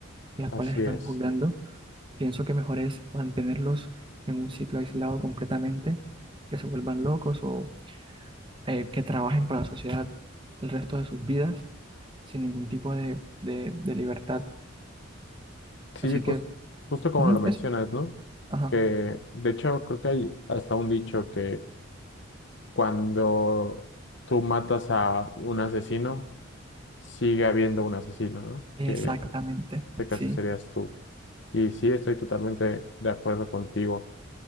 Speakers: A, on the right; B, on the left.
A: las
B: así
A: cuales están
B: es.
A: juzgando, pienso que mejor es mantenerlos en un sitio aislado completamente, que se vuelvan locos o eh, que trabajen para la sociedad el resto de sus vidas sin ningún tipo de, de- de libertad.
B: Sí,
A: Así
B: jus-
A: que,
B: justo como
A: ujú,
B: lo mencionas,
A: eso.
B: ¿no?
A: Ajá.
B: Que de hecho creo que hay hasta un dicho que cuando tú matas a un asesino, sigue habiendo un asesino, ¿no?
A: Exactamente.
B: Que en este caso
A: Sí,
B: serías tú. Y sí, estoy totalmente de acuerdo contigo.